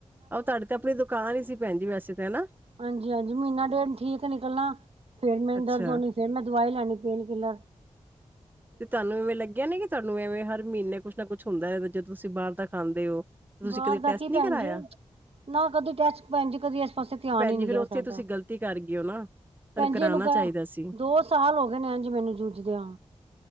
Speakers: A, on the right (about 15°); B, on the right (about 55°).
A: ਆਹੋ ਤੁਹਾਡੇ ਤੇ ਆਪਣੀ ਦੁਕਾਨ ਹੀ ਸੀ ਭੈਣ ਜੀ, ਵੈਸੇ ਤੇ ਹੈਨਾ।
B: ਹਾਂਜੀ ਹਾਂਜੀ, ਮਮੀਨਾ ਡੇ ਠੀਕ ਨਿਕਲਣਾ ਫੇਰ ਮੈਂਨੂ
A: ਅੱਛਾ
B: ਦਰਦ ਹੋਣੀ, ਫੇਰ ਮੈਂ ਦਵਾਈ ਲੈਣੀ ਪੇਨ ਕਿਲਰ।
A: ਤੇ ਤੁਹਾਨੂੰ ਇਵੇਂ ਲੱਗਿਆ ਨਹੀ, ਕਿ ਤੁਹਾਨੂੰ ਐਵੇਂ ਹਰ ਮਹੀਨੇ ਕੁਛ ਨਾ ਕੁੱਛ ਹੁੰਦਾ ਹੈ ਜਦੋਂ ਤੁਸੀਂ ਬਾਹਰ ਦਾ ਖਾਂਦੇ ਹੋ। ਤੁਸੀਂ
B: ਬਾਹਰ
A: ਕਦੇ
B: ਦਾ
A: ਟੈਸਟ
B: ਕੀ
A: ਨੀ
B: ਭੈਣਜੀ
A: ਕਰਾਇਆ?
B: ਨਾ ਕਦੇ ਟੈਸਟ ਪੈਣ ਜੀ ਕਦੀ ਇਸ ਪਾਸੇ ਧਿਆਨ
A: ਭੈਣ
B: ਈ
A: ਜੀ
B: ਨੀ
A: ਫੇਰ
B: ਗਿਆ
A: ਉੱਥੇ
B: ਸਾਡਾ।
A: ਤੁਸੀਂ ਗ਼ਲਤੀ ਕਰ ਗਏ ਹੋ ਨਾ ਤੁਹਾਨੂੰ
B: ਭੈਣ
A: ਕਰਾਉਣਾ
B: ਜੀ ਏਨੂੰ ਕਔ
A: ਚਾਹੀਦਾ ਸੀ
B: ਦੋ ਸਾਲ ਹੋ ਗਏ ਨੇ ਇੰਝ ਮੈਨੂੰ ਜੂਝਦਿਆਂ।